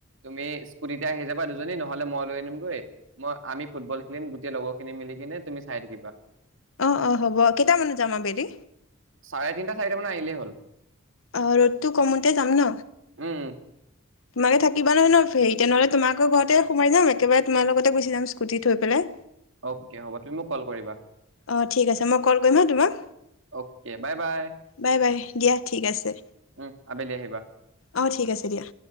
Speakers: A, on the right (about 65°); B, on the left (about 75°).
A: তুমি স্কুটিতে আহি যাবা দুজনী নহলে মই লৈ আনিমগৈ, মই আমি ফুটবল খেলিম গোটেই লগৰ খিনি মিলি কিনে, তুমি চাই থাকিবা।
B: অ-অ হ'ব, কেইটামানত যাম আবেলি?
A: চাৰে তিনিটা, চাৰিটা মান আহিলেই হ'ল।
B: অ, ৰ'দটো কমোতে যাম ন?
A: উম
B: তোমালোক থাকিবা নহয় ন, হেৰি তে নহলে তোমাৰ ঘৰতে সোমাই যাম, একেবাৰে তোমাৰ লগতে গুচি যাম স্কুটি থৈ পেলাই।
A: অকে হ'ব, তুমি মোক কল কৰিবা।
B: অ, ঠিক আছে, মই কল কৰিম হা তোমাক।
A: অকে, বাই-বাই
B: বাই বাই দিয়া ঠিক আছে।
A: উম, আবেলি আহিবা।
B: অ ঠিক আছে দিয়া।